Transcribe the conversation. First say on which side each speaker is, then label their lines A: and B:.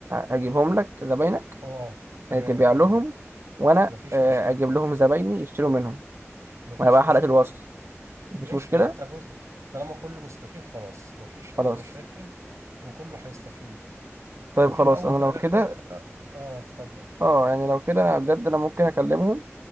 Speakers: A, on the right (about 50°); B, on the right (about 85°).
A: هجيبهم لك زباينك
B: اه تمام
A: آه، تبيع
B: تمام
A: لهم وانا
B: مفيش
A: آه،
B: مشاكل
A: اجيب لهم زبايني يشتروا منهم
B: مفيش
A: وانا بقى
B: مشاكل
A: حلقة الوصل مفيش
B: ماشي
A: مشكلة
B: ما طب بص طالما كله مستفيد خلاص مفيش
A: خلاص
B: أي مشاكل وكله هيستفيد
A: طيب
B: وفي
A: خلاص
B: الأول
A: انا
B: وفي الآخر
A: لو كده
B: آه, آه اتفضل
A: اه يعني لو كده انا بجد انا ممكن اكلمهم